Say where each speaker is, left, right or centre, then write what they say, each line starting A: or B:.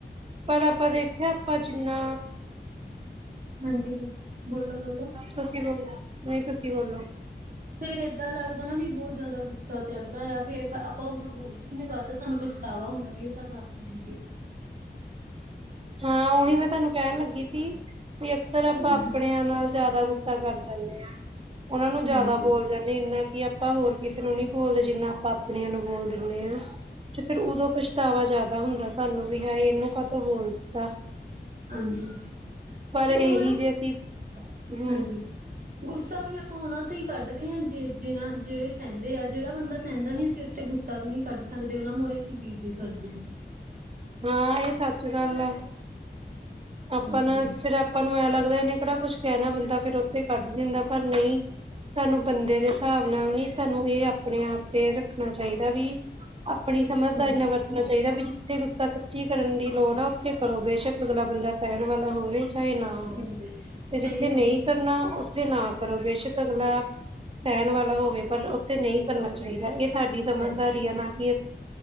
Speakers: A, on the right; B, on the right.
A: ਪਰ ਆਪਾਂ ਦੇਖਿਆ ਆਪਾਂ ਜਿੰਨਾ
B: ਹਾਂਜੀ ਬੋਲੋ ਬੋਲੋ
A: ਤੁਸੀਂ ਬੋਲੋ ਨਹੀਂ ਤੁਸੀਂ ਬੋਲੋ
B: ਫੇਰ ਏਦਾਂ ਲੱਗਦਾ ਨਾ ਵੀ ਬਹੁਤ ਜ਼ਿਆਦਾ ਗੁੱਸਾ ਚੜ੍ਹਦਾ ਆ ਫੇਰ ਆਪਾਂ ਉਦੋਂ ਬੋਲ ਦਿੰਦੇ ਬਾਦ ਸਾਨੂੰ ਪਛਤਾਵਾ ਹੁੰਦਾ ਵੀ ਉਹ ਸਾਡਾ ਆਪਣਾ ਹੀ ਸੀ।
A: ਹਾਂ ਉਹੀ ਮੈਂ ਤੁਹਾਨੂੰ ਕਹਿਣ ਲੱਗੀ ਸੀ। ਵੀ ਅਕਸਰ ਆਪਾਂ
B: ਹਾਂਜੀ
A: ਆਪਣਿਆਂ ਨਾਲ ਜਿਆਦਾ ਗੁੱਸਾ ਕਰ ਜਾਂਦੇ ਹਾਂ ਉਹਨਾ ਨੂੰ ਜਿਆਦਾ
B: ਹਾਂਜੀ
A: ਬੋਲ ਇੰਨਾ ਕਿ ਆਪਾਂ ਹੋਰ ਕਿਸੇ ਨੂੰ ਨਹੀਂ ਬੋਲਦੇ ਜਿੰਨਾ ਆਪਾਂ ਆਪਣਿਆਂ ਨੂੰ ਬੋਲ ਦਿੰਦੇ ਹਾਂ ਤੇ ਫੇਿਰ ਉਦੋਂ ਪਛਤਾਵਾ ਜ਼ਿਆਦਾ ਹੁੰਦਾ ਸਾਨੂੰ ਵੀ ਹਾ ਏ ਇਹਨੂੰ ਕਾਤੋਂ ਬੋਲ ਦਿੱਤਾ
B: ਹਾਂਜੀ।
A: ਪਰ ਇਹੀ
B: ਦੇਖੋ ਮੈਡਮ
A: ਜੇ ਅਸੀਂ ਹਮ
B: ਹਾਂਜੀ। ਗੁੱਸਾ ਵੀ ਆਪਾਂ ਉਹਨਾਂ ਤੋਂ ਹੀ ਕੱਢਦੇ ਹਾਂ। ਜੇ ਜਿਹਨਾ ਜਿਹੜੇ ਸਹਿੰਦੇ ਆ ਜਿਹੜਾ ਬੰਦਾ ਸਹਿੰਦਾ ਨੀ ਅ ਤੇ ਗੁੱਸਾ ਵੀ ਨਹੀਂ ਕੱਢ ਸਕਦੇ ਉਹਨਾਂ ਮੁਹਰੇ ਅਸੀਂ ਜੀਅ ਜੀ ਕਰਦੇ।
A: ਹਾਂ ਇਹ ਸੱਚ ਗੱਲ ਆ। ਆਪਾਂ
B: ਹਾਂਜੀ।
A: ਨਾ ਫੇਰ ਆਪਾਂ ਨੂੰ ਐਂ ਲੱਗਦਾ ਇਹਨੇ ਕਿਹੜਾ ਕੁਛ ਕਹਿਣਾ ਬੰਦਾ ਫਿਰ ਉੱਥੇ ਕੱਢ ਦਿੰਦਾ ਪਰ ਨਹੀਂ ਸਾਨੂੰ ਬੰਦੇ ਦੇ ਹਿਸਾਬ ਨਾਲ ਨੀ ਸਾਨੂੰ ਇਹ ਆਪਣੇ ਆਪ ਤੇ ਰੱਖਣਾ ਚਾਹੀਦਾ ਵੀ ਆਪਣੀ ਸਮਝਦਾਰੀ
B: ਹਾਂਜੀ
A: ਨਾਲ ਵਰਤ ਣਾ ਚਾਹੀਦਾ ਵੀ ਜਿੱਥੇ ਗੁੱਸਾ ਸੱਚੀ ਕਰਨ ਦੀ ਲੋੜ ਆ ਉੱਥੇ ਕਰੋ ਬੇਸ਼ੱਕ ਅਗਲਾ ਬੰਦਾ ਸਹਿਣ ਵਾਲਾ ਹੋਵੇ ਚਾਏ ਨਾ ਹੋ
B: ਹਾਂਜੀ ਸਹੀ
A: ਤੇ ਜਿੱਥੇ
B: ਗੱਲ
A: ਨਹੀਂ
B: ਹੈ
A: ਕਰਨਾ ਊ ਉੱਥੇ ਨਾ ਕਰੋ ਬੇਸ਼ੱਕ ਅਗਲਾ ਸਹਿਣ ਵਾਲਾ ਹੋਵੇ ਪਰ ਉੱਥੇ ਨਹੀਂ ਕਰਨਾ ਚਾਹੀਦਾ ਇਸ ਸਾਡੀ ਸਮਝਦਾਰੀ
B: ਹਾਂਜੀ
A: ਆ ਨਾ ਕਿ